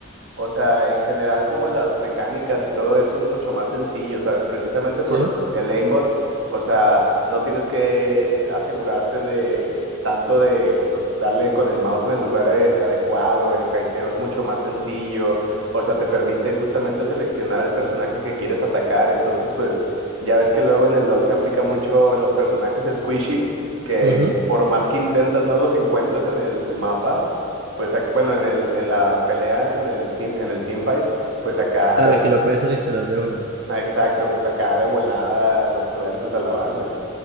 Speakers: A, on the right; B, on the right.
A: O sea, en general como las mecánicas y todo eso es mucho más sencillo, ¿sabes? Precisamente por
B: ¿sí?
A: lo- el aimbot, o sea, no tienes que asegurarte de tanto de, pues, darle con el mouse en el lugar eh, adecuado, el kiteo es mucho más sencillo, o sea, te permite justamente seleccionar al personaje que quieres atacar, entonces, pues, ya ves que luego en el LoL se aplica mucho los personajes squishy, que
B: Ujú.
A: por más que intentas no los encuentras en el mapa pues ac- bueno, en el, en la pelea, en el team, en el team fight, pues acá
B: Claro,
A: de,
B: aquí lo puedes seleccionar de una.
A: ah, exacto, pues acá de volada los tuerces a la banda.